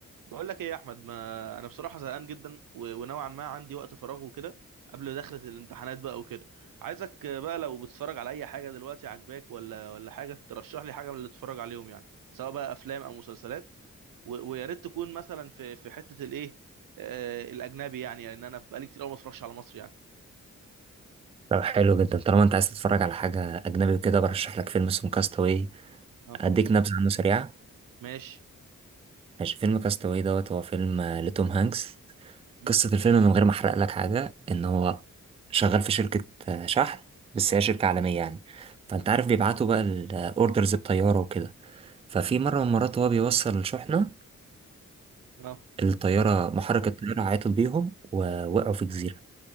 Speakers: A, on the right (about 75°); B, on the right (about 20°).
A: بقول لك ايه يا احمد ما انا بصراحه زهقان جدا و- ونوعا ما عندي وقت فراغ وكده قبل دخلة الامتحانات بقى وكده عايزك بقى لو بتتفرج على اي حاجه دلوقتي عجباك ولا ولا حاجه ترشح لي حاجه من اللي تتفرج عليهم يعني سواء بقى افلام او مسلسلات و- ويا ريت تكون مثلا في في حته الايه آه الاجنبي يعني لان انا بقالي كتير قوي ما اتفرجش على مصر يعني
B: طب حلو جدا طالما انت عايز تتفرج على حاجة أجنبي وكده برشح لك فيلم اسمه كاستاوي
A: اه
B: أديك نبذة عنه سريعة
A: ماشي
B: ماشي فيلم كاستاوي دوت هو فيلم آه، لتوم هانكس
A: مم.
B: قصة الفيلم من غير ما أحرق لك حاجة إن هو شغال في شركة آه، شحن بس هي شركة عالمية يعني فأنت عارف بيبعتوا بقى الأوردرز بطيارة وكده ففي مرة من المرات وهو بيوصل الشحنة
A: اه
B: الطيارة محرك الطيارة عيطت بيهم ووقعوا في جزيرة